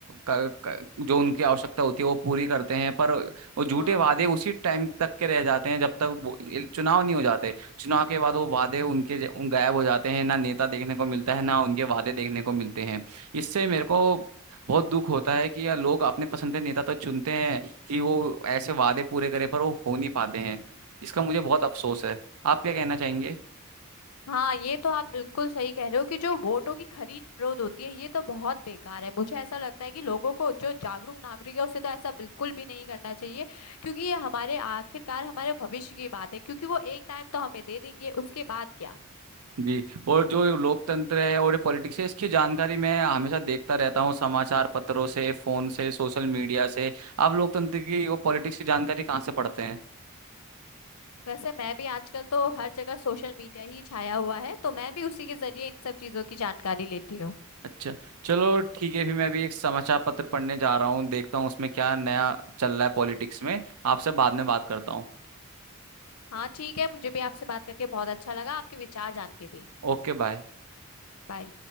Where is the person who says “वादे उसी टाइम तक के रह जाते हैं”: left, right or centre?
Right